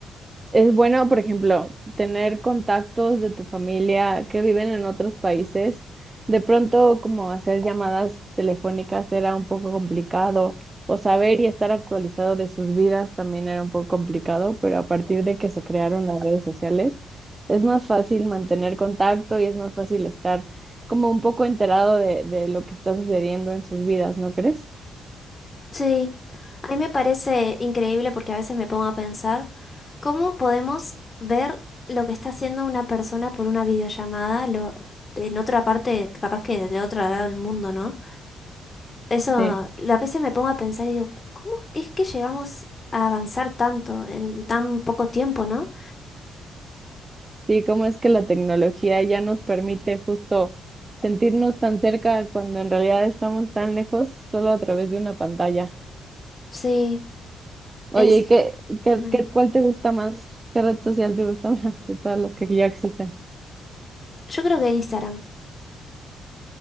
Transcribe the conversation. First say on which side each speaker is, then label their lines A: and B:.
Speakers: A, on the right; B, on the left.
A: Es bueno, por ejemplo, tener contactos de tu familia que viven en otros países. De pronto, como hacer llamadas telefónicas era un poco complicado, o saber y estar actualizado de sus vidas también era un poco complicado, pero a partir de que se crearon las redes sociales, es más fácil mantener contacto y es más fácil estar como un poco enterado de, de lo que está sucediendo en sus vidas, ¿no crees?
B: Sí, a mí me parece increíble porque a veces me pongo a pensar cómo podemos ver lo que está haciendo una persona por una videollamada lo, en otra parte, capaz que del otro lado del mundo, ¿no? Eso, a
A: Sí.
B: veces me pongo a pensar y digo, ¿cómo es que llegamos a avanzar tanto en tan poco tiempo, ¿no?
A: Sí, cómo es que la tecnología ya nos permite justo sentirnos tan cerca cuando en realidad estamos tan lejos solo a través de una pantalla.
B: Sí,
A: Oye,
B: es
A: ¿y qué, qué,
B: tremendo.
A: qué- cuál te gusta más? ¿Qué red social te gusta <laughs> más de todas las que ya existen?
B: Yo creo que Instagram